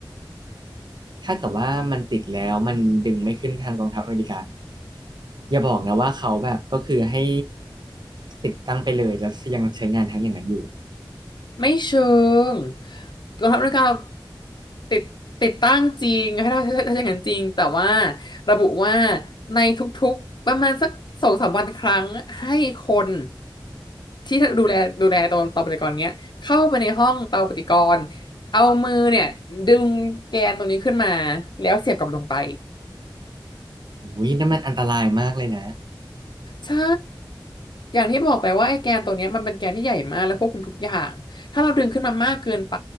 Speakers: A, on the right; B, on the left.
A: ถ้าเกิดว่ามันติดแล้วมันดึงไม่ขึ้นทางกองทัพอเมริกาอย่าบอกนะว่าเขาแบบก็คือให้ติดตั้งไปเลยแล้วยังใช้งานทั้งอย่างนั้นอยู่
B: ไม่เชิงกองทัพอเมริกาติดติดตั้งจริงให้เราถ้าถ้าอย่างนั้นจริงแต่ว่าระบุว่าในทุกๆประมาณสักสองสามวันครั้งให้คนที่ดูแลดูแลตัวเตาปฏิกรณ์เนี้ยเข้าไปในห้องเตาปฏิกรณ์เอามือเนี่ยดึงแกนตรงนี้ขึ้นมาแล้วเสียบกลับลงไป
A: อุ้ยนั่นมันอันตรายมากเลยนะ
B: ใช่ อย่างที่บอกไปว่าไอ้แกนตัวเนี้ยมันเป็นแกนที่ใหญ่มากแล้วควบคุมทุกอย่าง ถ้าเราดึงขึ้นมามากเกินไป